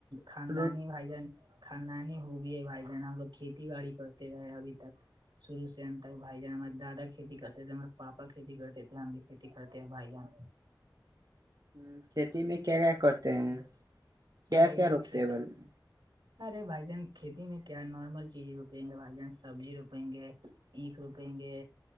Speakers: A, on the right; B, on the right.
A: خاندانی
B: روز
A: بھائی جان- خاندانی ہو بھیئی ہے بھائی جان ہم لوگ کھیتی باڑی کرتے رہے ابھی تک- شرو سے ہم تک بھائی جان ہمار دادا کھیتی کرتے تھ ہم- پاپا کھیتی کرتے تھے ہم بھی کھیتی کرتے ہیں بھائی جان-
B: ہ کھیتی میں کیا- کیا کرتے ہیں کیا
A: بھائی
B: کیا
A: جان
B: روپتے
A: کھیتی
B: ہیں بولے-
A: ارے بھائی جان کھیتی میں کیا نارمل چیز روپیں گے بھائی جان سبزی روپیں گے- اکھ روپیں گے